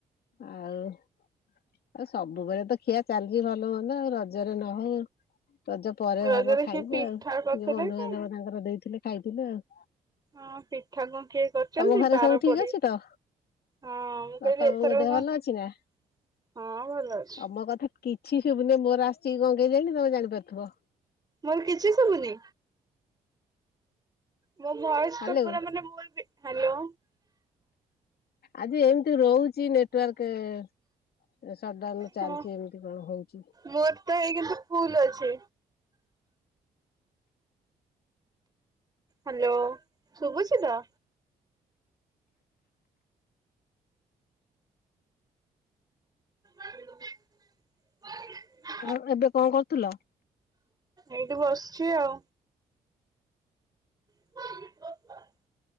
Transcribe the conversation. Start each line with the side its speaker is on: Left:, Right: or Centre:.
Left: ଆଉ ଆଉ ସବୁବେଳେ ତ ଖିଆ ଚାଲିଚି ଭଲ ମନ୍ଦ ଆଉ ରଜରେ ନ ହଉ। ରଜ ପରେ
Right: ରଜରେ
Left: ହବ ଖାଇବୁ
Right: କିଏ ପିଠା
Left: ଆଉ
Right: କରିଥିଲେ
Left: ଯେ ବନ୍ଧୁବାନ୍ଧବ
Right: କି?
Left: ତାଙ୍କର ଦେଇଥିଲେ ଖାଇଥିଲୁ ଆଉ
Right: ହଁ ପିଠା ପୁଠି କରିଚନ୍ତି
Left: ତମ ଘରେ
Right: ବାର
Left: ସବୁ ଠିକ
Right: ପଡି
Left: ଅଛି ତ?
Right: ହଁ ମୁଁ
Left: ବାପା
Right: କହିଲି ଏଥରକ
Left: ବୋଉଙ୍କ ଦେହ ଭଲ
Right: କଣ୍ -ହଁ
Left: ଅଛି ନା?
Right: ଭଲ ଅଛି।
Left: ତମ <unintelligible> ତମେ ଜାଣିପାରୁଥିବ
Right: ମୋର କିଛି ଶୁବୁନି? ମୋ ଭଏସ୍
Left: ହାଲୋ
Right: ତ ପୁରା ମାନେ ମୋର୍ ବି -ହାଲୋ।
Left: ଆଜି ଏମ୍ ତି ରହୁଚି ନେଟୱାର୍କ ସଟଡାଉନ୍
Right: ହଁ।
Left: ଚାଲିଚି ଏମିତି କଣ ହଉଚି।
Right: ମୋର ତ ଏଇ କିନ୍ତୁ ଫୁଲ୍ ଅଛି। ହାଲୋ ଶୁଭୁଚି ତ? <inaudible>
Left: ହଁ-ଏବେ କଣ କରୁଥିଲ?
Right: ଏଇଠେ ବସିଚି ଆଉ। <inaudible>